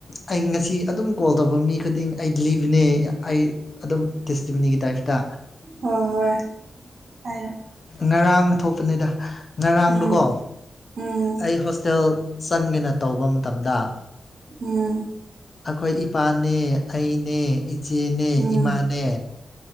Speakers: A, on the left; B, on the right.
A: ꯑꯩ ꯉꯁꯤ ꯑꯗꯨꯝ ꯀꯣꯜ ꯇꯧꯕ ꯃꯤ ꯈꯨꯗꯤꯡ ꯑꯩ ꯂꯤꯕꯅꯦ ꯑꯩ ꯑꯗꯨꯝ ꯇꯦꯁꯇꯤꯚꯅꯤꯒꯤ ꯇꯥꯏꯞꯇ
B: ꯍꯣꯏ ꯍꯣꯏ ꯍꯥꯏ
A: ꯉꯔꯥꯡ ꯊꯣꯛꯄꯅꯤꯗ ꯉꯔꯥꯡꯗꯨꯣꯀꯣ
B: ꯎꯝ ꯎꯝ
A: ꯑꯩ ꯍꯣꯁꯇꯦꯜ ꯆꯪꯒꯦꯅ ꯇꯧꯕ ꯃꯇꯝꯗ
B: ꯎꯝ
A: ꯑꯩꯈꯣꯏ ꯏꯄꯥꯅꯦ ꯑꯩꯅꯦ ꯏꯆꯦꯅꯦ
B: ꯎꯝ
A: ꯏꯃꯥꯅꯦ